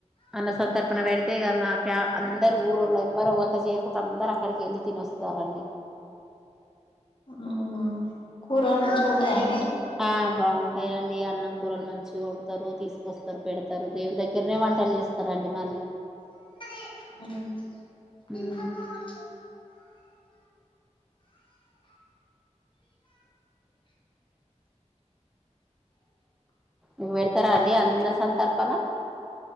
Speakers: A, in the centre; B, on the left.
A: అన్న సంతర్పణ పెడితే ఇగ మా ఫ్యా అందరు ఊరోళ్లు ఇవ్వరువంట చేయకుంట అందరు అక్కడికెళ్ళి తినో స్తారండి
B: అవునా కూరలు మంచిగ ఉంటాయండి
A: ఆ బాగుంటయండి అన్నం కూరలు మంచిగా వండుతరు తీసుకొస్తరు పెడతారు దేవుని దగ్గరనే వంటలు చేస్తరండి మళ్ళీ
B: ఉ
A: ఉమ్ నువ్వు పెడతరా అండి అన్న సంతర్పణ